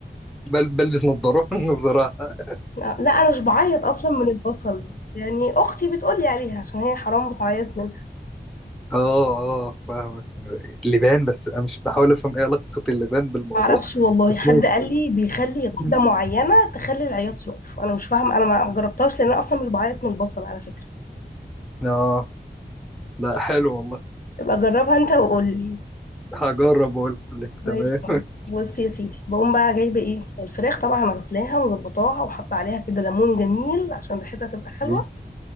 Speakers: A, in the centre; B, on the left (about 50°).
A: بل بلبس نظارة <laughs> بصراحة
B: <laughs> لا لا، انا مش بعيط اصلا من البصل يعني اختي بتقول لي عليها عشان هي حرام بتعيط منها
A: اه اه فاهمك لبان بس انا مش بحاول افهم ايه علاقة اللبان بالموضوع
B: ما اعرفش والله
A: بس
B: حد
A: ماشي
B: قال لي بيخلي غده
A: <laughs>
B: معينه تخلي العياط يقف انا مش فاهم انا ما جربتهاش لان انا اصلا مش بعيط من البصل على فكره
A: اه لا حلو والله
B: يبقى جربها انت وقول لي
A: هجرب واقول لك تمام
B: زي الفل
A: <laughs>
B: بص يا سيدي بقوم بقى جايبه ايه الفراخ طبعا غسلاها ومظبطاها وحاطه عليها كده ليمون جميل عشان ريحتها تبقى حلوه
A: إيه؟